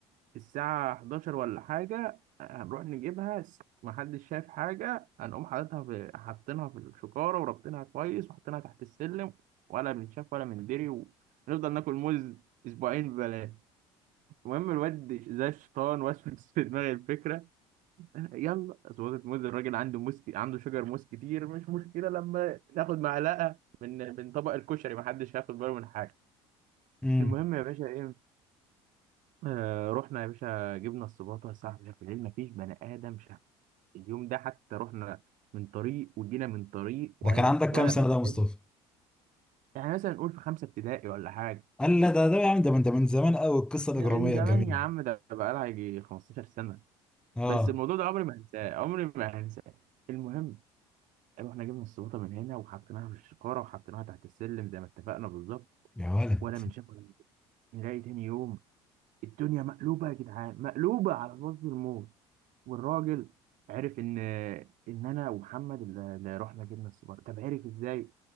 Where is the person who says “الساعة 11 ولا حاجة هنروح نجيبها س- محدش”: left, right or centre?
Right